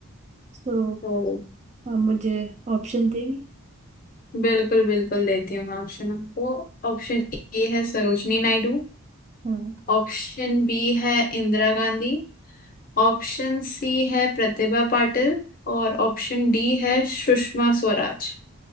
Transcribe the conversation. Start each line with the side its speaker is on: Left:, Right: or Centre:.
Right: तो
Left: तो
Right: आप मुझे ऑप्शन देंगे
Left: बिल्कुल बिल्कुल देती हूँ मैं ऑप्शन आपको ऑप्शन ए है सरोजनी नायडू
Right: हम्म
Left: ऑप्शन बी है इंदिरा गांधी ऑप्शन सी है प्रतिभा पाटिल और ऑप्शन डी है सुषमा स्वराज